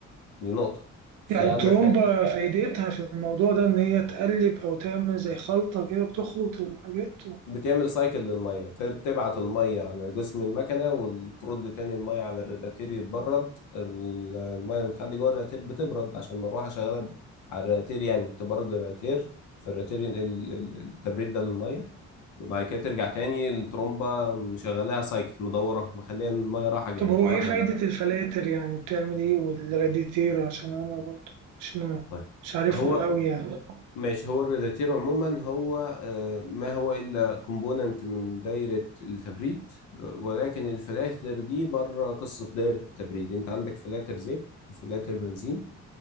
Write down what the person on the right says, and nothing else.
يعني
الترومبة فايدتها في الموضوع ده إن هي تقلب أو تعمل زي خلطة كده بتخلط الحاجات
طب هو
ايه فايدة
الفلاتر يعني بتعمل ايه والراديتير عشان انا برضه مش م...
مش عارفهم
قوي يعني